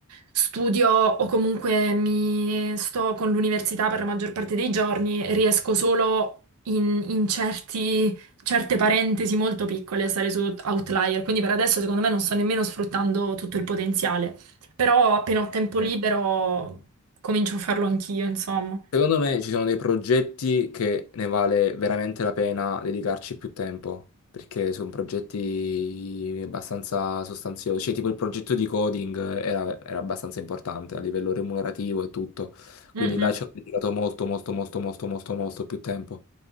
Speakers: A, on the right; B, on the left.
A: studio o comunque mi sto con l'università per la maggior parte dei giorni, riesco solo in in certi certe parentesi molto piccole, e stare su Outlier, quindi per adesso secondo me non sto nemmeno sfruttando tutto il potenziale, però appena ho tempo libero
B: Eh.
A: comincio a farlo anch'io, insomma.
B: Secondo me ci sono dei progetti che ne vale veramente la pena dedicarci più tempo, perché sono progetti abbastanza sostanziosi, cioè tipo il progetto di coding era, era abbastanza importante a livello remunerativo e tutto,
A: Mm,
B: quindi là
A: mm.
B: ci ho dedicato molto molto molto molto molto molto più tempo.